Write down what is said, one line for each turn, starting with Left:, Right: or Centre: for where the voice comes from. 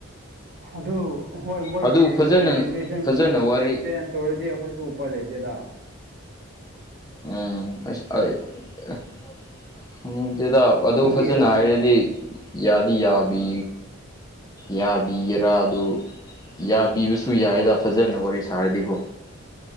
Right: ꯑꯗꯨ ꯍꯣꯏ ꯃꯣꯏꯒꯤ
Left: ꯑꯗꯨ ꯐꯖꯅ
Right: ꯔꯨꯜ ꯑꯦꯟ ꯔꯤꯒꯨꯂꯦꯁꯟꯒꯨꯝꯕ
Left: ꯐꯖꯅ ꯋꯥꯔꯤ
Right: ꯆꯦꯟꯖ ꯇꯧꯔꯗꯤ ꯑꯈꯣꯏꯁꯨ ꯎꯄꯥꯢ ꯂꯩꯇꯦꯗ
Left: ꯑꯥ ꯑꯩꯁ ꯑꯩꯠ ꯑꯦ ꯈꯪꯇꯦꯗꯥ
Right: ꯑꯗꯨꯒꯤ
Left: ꯑꯗꯨ ꯐꯖꯅ ꯍꯥꯏꯔꯗꯤ ꯌꯥꯗꯤ ꯌꯥꯕꯤ ꯌꯥꯕꯤꯒꯦꯔꯥ ꯑꯗꯨ ꯌꯥꯕꯤꯕꯁꯨ ꯌꯥꯏꯗ ꯐꯖꯟꯅ ꯋꯥꯔꯤ ꯁꯥꯔꯗꯤꯀꯣ